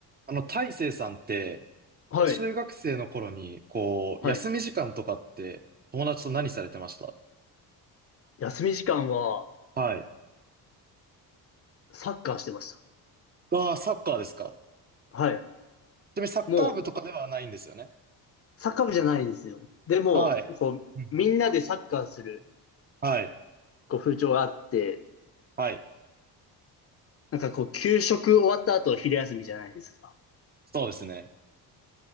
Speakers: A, on the right; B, on the left.
A: あの、大成さんって、
B: はい。
A: 中学生の頃に、こう、
B: はい。
A: 休み時間とかって、友達と何されてました
B: 休み時間は、
A: はい。
B: サッカーしてまし
A: ああ、サッカーですか。
B: た。はい。
A: ちなみにサッカー部とかではないんですよね。
B: もう、サッカー部じゃないんですよ。でも、
A: はい。
B: こう、
A: うん
B: みんなでサッカーする、
A: はい。
B: こう、風潮があって、
A: はい。
B: なんかこう、給食終わった後、昼休みじゃないですか。
A: そうですね。